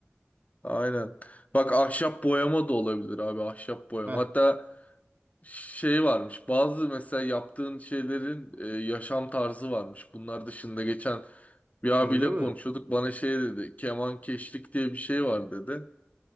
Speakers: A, on the left; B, on the right.
A: aynen. Bak ahşap boyama da olabilir abi ahşap boyama.
B: Heh
A: Hatta şey varmış bazı mesela yaptığın şeylerin e, yaşam tarzı varmış. Bunlar dışında geçen bir abiyle
B: öyle mi?
A: konuşuyorduk bana şey dedi keman keşlik diye bir şey var dedi.